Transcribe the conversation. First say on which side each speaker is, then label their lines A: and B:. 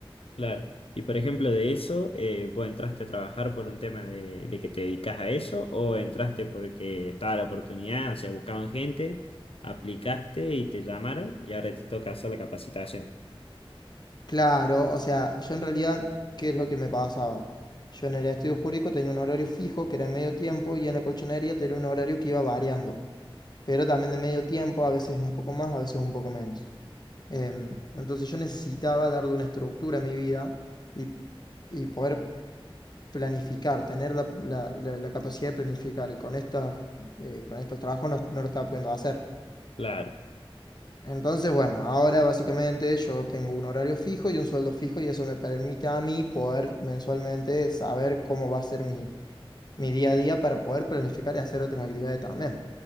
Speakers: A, on the left; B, on the left.
A: claro. Y por ejemplo, de eso, eh, ¿vos entraste a trabajar por un tema de, de que te dedicas a eso o entraste porque estaba la oportunidad, o sea, buscaban gente, aplicaste y te llamaron y ahora te toca hacer la capacitación?
B: Claro, o sea, yo en realidad, ¿qué es lo que me pasaba? Yo en el estudio jurídico tenía un horario fijo que era medio tiempo y en la colchonería tenía un horario que iba variando, pero también de medio tiempo, a veces un poco más, a veces un poco menos. Em, entonces yo necesitaba darle una estructura a mi vida y, y poder planificar, tener la, la- la- la capacidad de planificar. Y con estas, eh, con estos trabajos no, no lo estaba pudiendo hacer.
A: Claro,
B: Entonces, bueno, ahora básicamente yo tengo un horario fijo y un sueldo fijo y eso me permite a mí poder mensualmente saber cómo va a ser mi, mi día a día para poder planificar y hacer otras actividades también.